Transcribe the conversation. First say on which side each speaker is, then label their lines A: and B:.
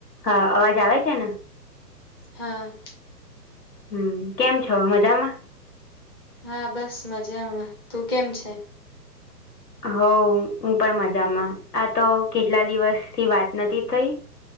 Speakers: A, on the left; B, on the left.
A: હા અવાજ આવે છે ને.
B: હા.
A: હમ કેમ છો મજામાં?
B: હા બસ મજામાં તું કેમ છે?
A: હવ હું પણ મજામાં આ તો કેટલા દિવસ થી વાત નથી થઈ